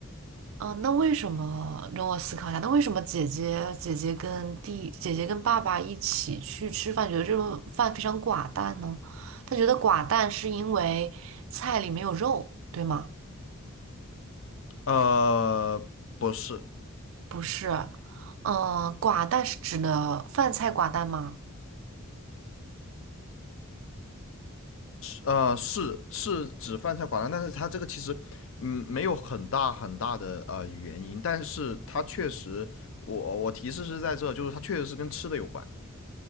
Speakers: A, on the right; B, on the left.
A: 嗯，那为什么让我思考一下？那为什么姐姐、姐姐跟弟、姐姐跟爸爸一起去吃饭，觉得这顿饭非常寡淡呢？他觉得寡淡是因为菜里没有肉，对吗？
B: 呃，不是，
A: 不是，嗯，寡淡是指的饭菜寡淡吗？
B: 呃，是是指饭菜寡淡，但是他这个其实，嗯，没有很大很大的呃原因，但是他确实，我我提示是在这，就是他确实是跟吃的有关。